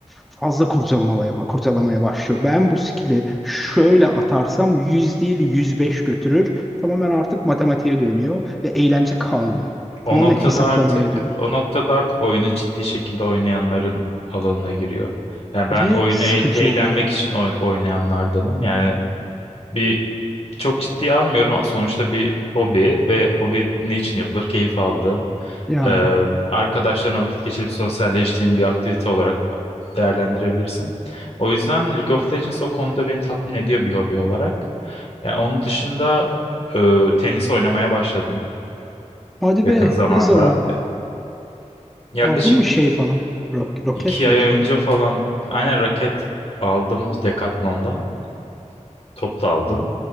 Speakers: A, in the centre; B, on the left.
A: fazla kurcalamaya, ba- kurcalamaya başlıyor. Ben bu skill'i şöyle atarsam 100 değil 105 götürür. Tamamen artık matematiğe dönüyor ve eğlence kalmıyor. Tamamen
B: O noktada
A: hesaplamaya
B: artık
A: dönüyor.
B: o noktada artık oyunu ciddi şekilde oynayanların alanına giriyor. Yani ben
A: Ve
B: oyunu
A: sıkıcı
B: eğ- eğlenmek
A: oluyor.
B: için oyn- oynayanlardanım. Yani bir çok ciddiye almıyorum. Sonuçta bir hobi ve hobi ne için yapılır? Keyif aldığın,
A: Yani
B: e, arkadaşlarına vakit geçirip sosyalleştiğin bir aktivite olarak değerlendirebilirsin. O yüzden League of Legends o konuda beni tatmin ediyor bir hobi olarak. Yani onun dışında e, tenis oynamaya başladım
A: hadi
B: yakın
A: be
B: zamanda.
A: ne zaman?
B: Yaklaşık
A: Aldın mı şey
B: bir
A: falan? Ro- roket
B: İki
A: mi
B: ay
A: deniyor?
B: önce falan aynen raket aldım Decathlon'dan. Top da aldım.